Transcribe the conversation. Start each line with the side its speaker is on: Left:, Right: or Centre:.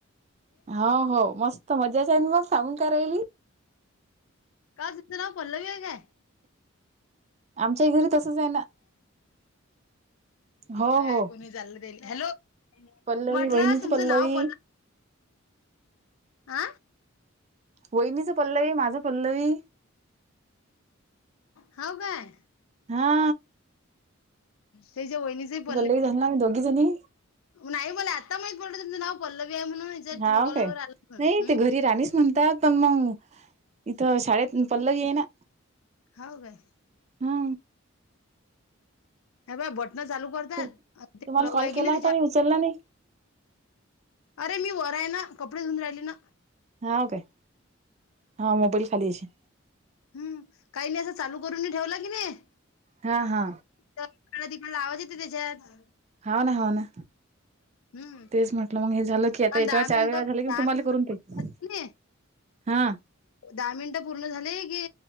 Right: हो, हो. मस्त मजाचाय न मग, सांगून काय राहिली?
Left: का, तिचं नाव पल्लवीय काय?
Right: आमच्याही घरी तसचाय ना. हो
Left: काय
Right: हो
Left: ऐकू नाही चाललं त्याले. हॅलो.
Right: पल्लवी
Left: म्हटलं,
Right: वहिनीच
Left: तुमचं
Right: पल्लवी
Left: नाव पल्ल आ.
Right: वहिनीचं पल्लवी, माझं पल्लवी.
Left: हाव काय?
Right: हा
Left: तेज्या वहिणीचही पल्लव
Right: <unintelligible> दोघीजणी.
Left: नाही मला आता माहीत पडलंय, तुमचं नाव पल्लविय म्हणून. हिच्या
Right: हाव
Left: ट्रू कॉलर
Right: काय?
Left: वर आलं पण
Right: नाही ते घरी राणीच म्हणतात. पण मग, इथं शाळेत पल्लवीय ना.
Left: हाव गाय?
Right: हा
Left: हे बघ, बटणा चालू करत्यात.
Right: तू तुम्हाला
Left: ते प्लग
Right: कॉल
Left: हाय की
Right: केला
Left: नाही त्याज्यात.
Right: होता मी उचलला नाही
Left: अरे, मी वरय ना. कपडे धुवून राहिली ना.
Right: हाव काय? हा, मोबाईल खाली अशी.
Left: हम्, काही नाही, असं चालू करूनही ठेवला नाही
Right: हा, हा.
Left: तर इकडला- तिकडला आवाज येते त्याच्यात.
Right: हाव ना, हाव ना.
Left: हम्म
Right: तेच म्हटलं, मग हे झालं की, आता
Left: पण
Right: याच्यावर
Left: दहा
Right: चार
Left: मिनिटं
Right: वेळा झालं कि,
Left: दहा
Right: मग तुम्हाली
Left: मिनिटं
Right: करून घेईन. हा.
Left: दहा मिनिटं पूर्ण झाले की,